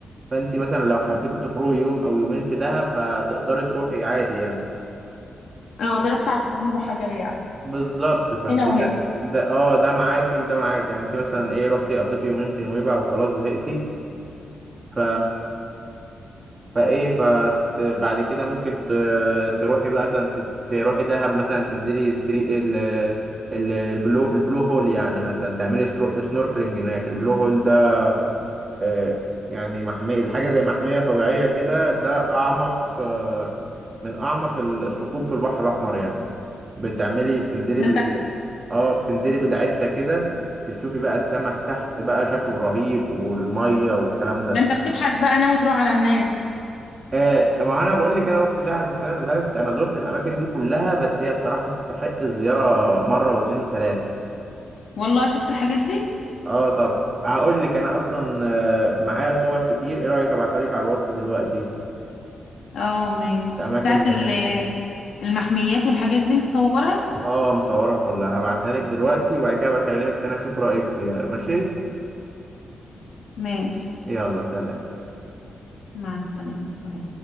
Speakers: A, on the right (about 35°); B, on the left (about 75°).
A: فانت مثلا لو حبيتي تخرجي يوم او يومين في دهب فتقدري تروحي عادي يعني
B: اه ضربت عصفورين بحجر يعني
A: بالظبط فانت
B: هنا
A: ده
B: وهنا
A: ده اه ده معاكي وده معاكي يعني انت مثلا ايه رحتي قضيتي يومين في نويبع وخلاص زهقتي ف فايه فت... بعد كده ممكن ت... تروحي بقى مثلا ت- تروحي دهب مثلا تنزلي السري ال... ال... البلو البلو هول يعني مثلا تعملي سرو... سنوركلينج هناك البلو هول ده آه، يعني محمية حاجة زي محمية طبيعية كده ده أعمق آه، من أعمق الثقوب في البحر الأحمر يعني بتعملي بتنزلي
B: ده انت
A: اه بتنزلي بالعدة كده بتشوفي بقى السمك تحت بقى شكله رهيب والمية والكلام ده
B: ده انت بتبحث بقى ناوي تروح على هناك
A: آه ما انا بقول لك انا رحت دهب السنة اللي فاتت انا زرت الاماكن دي كلها بس هي بصراحة تستحق الزيارة مرة واتنين وتلاتة
B: والله شفت الحاجات دي
A: اه طب هقول لك انا اصلا آه، معايا صور كتير ايه رأيك ابعتها لك على الواتس دلوقتي
B: اه ماشي
A: الاماكن
B: بتاعت
A: اللي
B: ال-
A: هناك
B: المحميات والحاجات دي مصورها
A: اه مصورها كلها هبعتها لك دلوقتي وبعد كده بكلمك تاني اشوف رأيك فيها ماشي
B: ماشي
A: يلا سلام
B: مع السلامة سلام